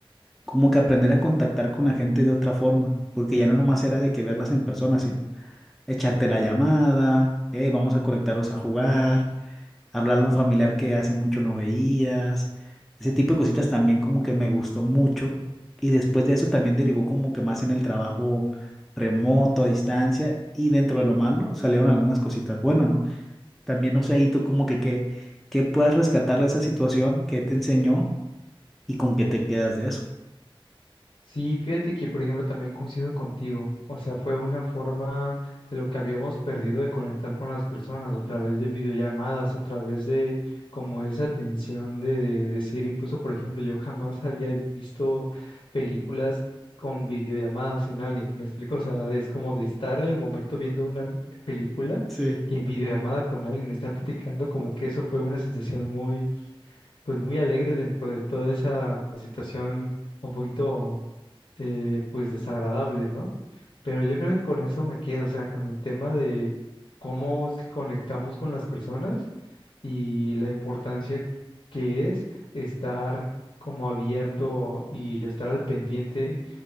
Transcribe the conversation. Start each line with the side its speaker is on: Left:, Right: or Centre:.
Centre: como que aprender a contactar con la gente de otra forma, porque ya no nomás era de que verlas en persona, sino echarte la llamada, hey, vamos a conectarnos a jugar hablarle a un familiar que hace mucho no veías, ese tipo de cositas también como que me gustó mucho y después de eso también derivó como que más en el trabajo remoto, a distancia y dentro de lo malo salieron algunas cositas buenas, ¿no? También no sé ahí tú como que qué, qué puedas rescatar de esa situación, qué te enseñó y con qué te quedas de eso.
Left: Sí, fíjate que, por ejemplo, también coincido contigo. O sea, fue una forma de lo que habíamos perdido de conectar con las personas a través de videollamadas, a través de como esa atención de, de decir, incluso, por ejemplo, yo jamás había visto películas con videollamadas en alguien. ¿Me explico? O sea, es como de estar en el momento viendo una m- película
Centre: Sí.
Left: en videollamada con alguien, estar platicando, como que eso fue una sensación muy, pues muy alegre dentro de toda esa situación un poquito eh, pues desagradable, ¿no? Pero yo creo que con eso me quedo, o sea, con el tema de cómo es que conectamos con las personas y la importancia que es estar como abierto y estar al pendiente